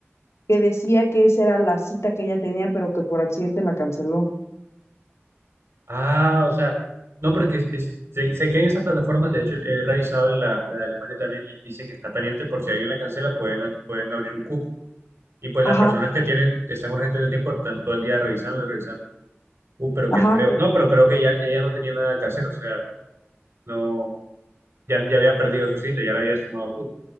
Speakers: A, on the left; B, on the right.
A: que decía que esa era la cita que ella tenía, pero que por accidente la canceló.
B: Ah, o sea, no, porque es- es- sé, sé que en esas plataformas, de hecho, he revisado en la, la de Alemania también y dicen que está pendiente por si alguien la cancela, pueden, pueden abrir un cupo. Y pues
A: Ajá,
B: las personas que tienen, están urgentes de tiempo, están todo el día revisando y revisando. Uh, pero qué
A: ajá.
B: feo. No, pero creo que ya, ya, ya no tenía nada que hacer, o sea, no. Ya, ya había perdido su cita, ya la habías tomado tú.